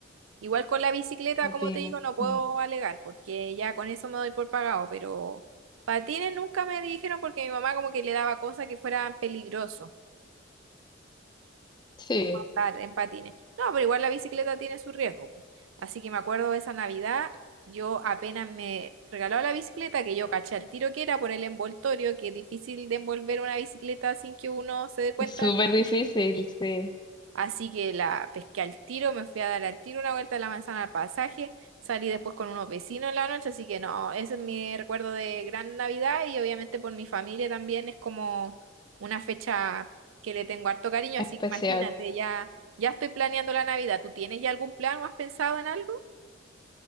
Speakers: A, on the right; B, on the left.
A: Igual con la bicicleta,
B: A
A: como
B: ti,
A: te digo,
B: no.
A: no puedo
B: Mm.
A: alegar porque ya con eso me doy por pagado, pero patines nunca me dijeron porque mi mamá como que le daba cosas que fueran peligrosos
B: Sí,
A: andar en patines. No, pero igual la bicicleta tiene su riesgo. po. Así que me acuerdo de esa Navidad, yo apenas me regaló la bicicleta, que yo caché al tiro que era por el envoltorio, que es difícil de envolver una bicicleta sin que uno se dé cuenta
B: súper
A: que
B: difícil,
A: es.
B: sí,
A: Así que la pesqué al tiro, me fui a dar al tiro una vuelta a la manzana al pasaje, salí después con unos vecinos en la noche, así que no, ese es mi recuerdo de gran Navidad y obviamente por mi familia también es como una fecha que le tengo harto cariño,
B: especial.
A: así que imagínate, ya, ya estoy planeando la Navidad. ¿Tú tienes ya algún plan o has pensado en algo?